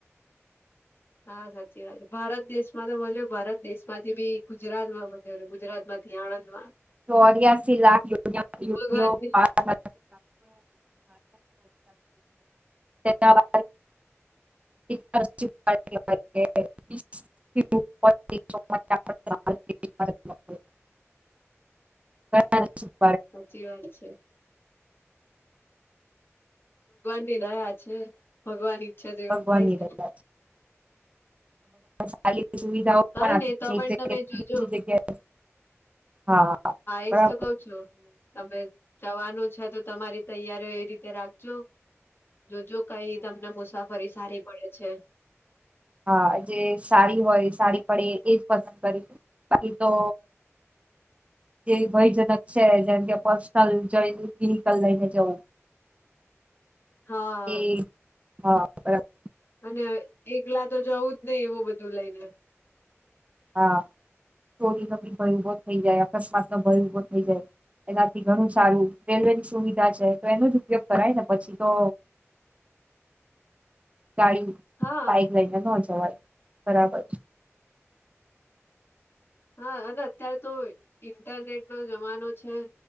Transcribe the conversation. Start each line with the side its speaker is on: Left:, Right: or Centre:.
Left: હા, સાચી વાત, ભારત દેશ માં તો બોલ ભારત દેશ માંથી બી ગુજરાત માં બ ગુજરાત માંથી હા, હા.
Right: ચોર્યાસી લાખ લા
Left: ભગવાનની
Right: ના <unintelligible> <unintelligible> <unintelligible>
Left: સાચી વાત છે. ની દયા છે, ભગવાન ઈચ્છા જેવું
Right: ભગવાનની
Left: થાય છે.
Right: દયા સારી સુવિધાઓ પણ
Left: અરે
Right: આપી
Left: નહી તો
Right: છે, એક
Left: પણ
Right: જગ્યા
Left: તમે જોજો
Right: બી જગ્યાએ હા,
Left: એજ
Right: બરાબર‌.
Left: તો કઉ છું તમે જવાનું છે, તો તમારી તૈયારીઓ એ રીતે રાખજો. જોજ કઈ તમને મુસાફરી સારી પડે છે.
Right: હા, જે સાડી હોય, સાડી પડે, એજ પસંદ કરીશું. બાકી તો. જે ભયજનક છે, જેમ કે પર્સનલ જોઈ વહિકલ લઈને જવું.
Left: હા
Right: એ હા, બરાબર.
Left: અને એકલા તો જવું જ નહી, એવું બધું લઈને.
Right: હા, ચોરીનો બી ભય ઉભો થઈ જાય, અકસ્માત નો ભય ઉભો થઈ જાય. એનાથી ઘણું સારું રેલવે ની સુવિધા છે, તો એનો જ ઉપયોગ કરાય ને, પછી તો કાય.
Left: હા
Right: બાઈક લઈને નહો, જવાય બરાબર છે.
Left: હા, અને અત્યારે તો ઇન્ટરનેટ નો જમાનો છે.